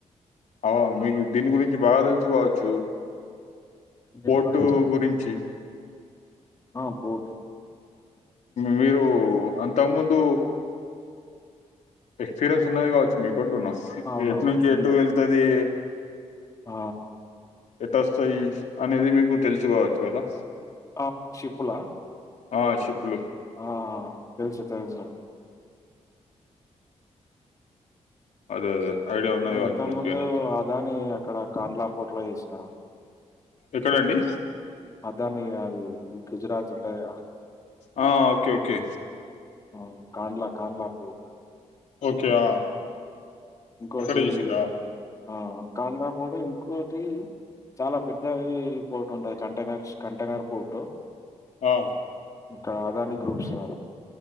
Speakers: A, on the left; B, on the left.
A: అవ్వ మీకు దీని గురించి బాగా తెలుసుకవచ్చు
B: దేని
A: ఫోటో
B: గురించి?
A: గురించి
B: ఆ ఫోట్
A: మీరు, అంతకు ముందు. ఎక్స్పీరియన్స్ ఉన్నది. కావచ్చు మీకు అంటున్న
B: అవునవును.
A: ఎటు నుంచి
B: ఉంది.
A: ఎటు వెళ్తది
B: ఆ
A: ఎట్ వస్తాయి అనేది మీకు తెలుసుకవచ్చు కదా
B: ఆ! షిప్పులా?
A: ఆ షిప్పులు
B: ఆ తెలుసు, తెలుసు.
A: అదే అదే ఐడియా ఉన్నది
B: నేను
A: కావచ్చు
B: ఇంతకు
A: మంచిగానే
B: ముందు ఆదాని అక్కడ కాందలా పోర్ట్లో చేసినా
A: ఎక్కడండి
B: అదానే కాదు గుజరాత్ ఉంటదిగా
A: ఆ ఓకే ఓకే
B: అ కండలా కండలా పూర్
A: ఓకే ఆ
B: ఇంకోటి
A: అక్కడ చేసిండ్రా
B: ఆ ఖండాపూర్ ఇంకోటి చాలా పెద్దది పోర్ట్ ఉంటంది కంటైనర్ కంటైనర్స్ పోర్ట్
A: ఆ
B: ఇంకా అదాని గ్రూప్ స్ ఆ